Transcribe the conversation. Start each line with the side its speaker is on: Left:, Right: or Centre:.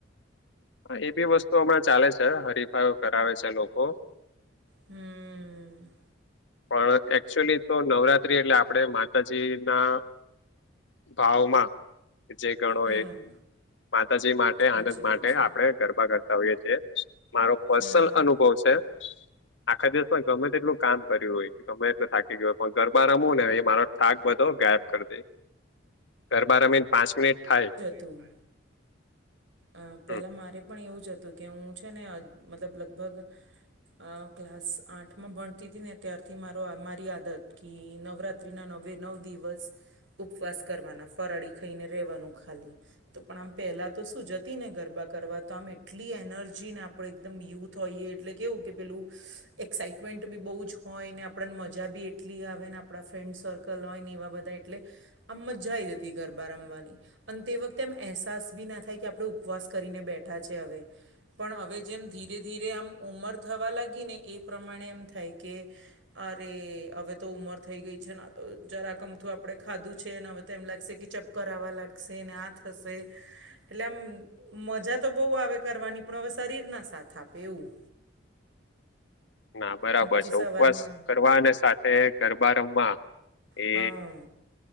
Left: એ બી વસ્તુ હમણાં ચાલે છે હરીફાઈઓ કરાવે છે લોકો
Right: હમ.
Left: પણ એકચુઅલી તો નવરાત્રી એટલે આપણે માતાજી ના ભાવમાં કે જે. ગણો
Right: હમ
Left: એક માતાજી માટે આનંદ
Right: સાચી
Left: માટે
Right: વાત છે
Left: આપણે ગરબા કરતા હોઈએ છીએ. મારો પર્સનલ
Right: હમ
Left: અનુભવ છે આખા દિવસમાં ગમે તેટલું કામ કર્યું હોય ગમે એટલે થાકી ગયો હોય પણ ગરબા રમો ને એ મારો થાક બધો ગાયબ કર દે. ગરબા રમીને પાંચ મિનિટ થાય.
Right: તુમ. અ પહેલા
Left: હમ
Right: મારે પણ એવું જ હતું કે હું છે ને મતલબ લગભગ અ ક્લાસ આઠમાં ભણતી હતી ને ત્યારથી મારો મારી આદત કે નવરાત્ર ત્રી ના નવે નવ દિવસ. ઉપવાસ કરવાના ફરાળી ખાઈને રહેવાનું ખાલી તો પણ આમ પહેલાં તો હું જતી ને ગરબા કરવા તો આમ એટલી એનર્જીને આપણે એકદમ યુથ હોઈએ એટલે કેવું કે પેલું એક્સાાઈટમેન્ટ બી બહુ જ હોય ને આપણને મજા બી એટલી આવે ને આપણા ફ્રેન્ડ સર્કલ કલ હોય ને એવા બધા એટલે આમ મજા આવી જતી ગરબા રમવાની અને તે વખતે એમ અહેસાસ બી ના થાય થાય કે આપણે ઉપવાસ કરીને બેઠા છે હવે પણ હવે જેમ ધીરે ધીરે આમ ઉંમર થવા લાગી ને એ પ્રમાણે એમ થાય કે અરે હવે તો ઉમર થઈ ગઈ છે ના તો જરાકમથું આપડે ખાધું છે ને હવે તો એમ લાગશે કે ચપ કરાવવા લાગશે આ થશે એટલે આમ મજા તો બહુ આવે કરવાની પણ હવે શરીરના સાથ આપે એવું
Left: ઇ ના બરાબર
Right: અને પછી
Left: છે
Right: સવારમાં
Left: ઉપવાસ કરવા અને સાથે ગરબા રમવા એ
Right: હા